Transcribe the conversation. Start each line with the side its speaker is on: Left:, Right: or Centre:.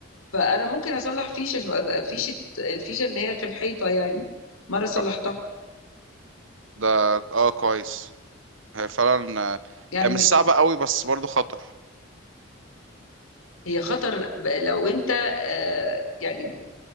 Left: فانا ممكن اصلح فيشه فيشه الفيشه اللي هي في الحيطه يعني مره صلحتها
Right: آه. ده اه كويس هي فعلا آه،
Left: يعني
Right: هي مش صعبة قوي بس برضو خطر
Left: هي خطر ب- لو انت آه، يعني